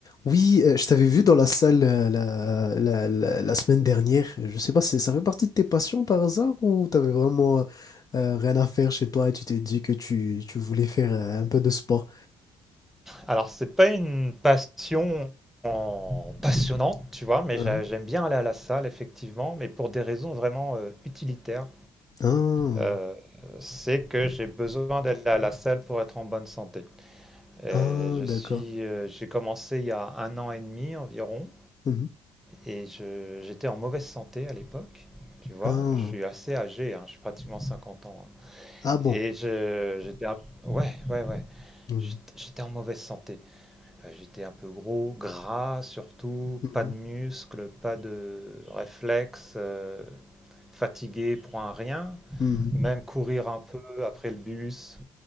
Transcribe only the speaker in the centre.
Alors, c'est pas une passion en- passionnante, tu vois, mais
j'a- j'aime bien aller à la salle, effectivement, mais pour des raisons vraiment euh, utilitaires.
Euh, c'est que j'ai besoin d'aller à la salle pour être en bonne santé. Et
je
suis, euh, j'ai commencé il y a un an et demi environ,
et je- j'étais en mauvaise santé à l'époque. Tu vois,
je suis assez âgé, hein, je suis pratiquement 50 ans. hein.
Et je- j'étais un- Ouais, ouais, ouais.
J'étais j'étais en mauvaise santé. Enfin, J'étais un peu gros, gras surtout,
pas de muscles, pas de réflexes, euh, fatigué pour un rien.
Même courir un peu après le bus,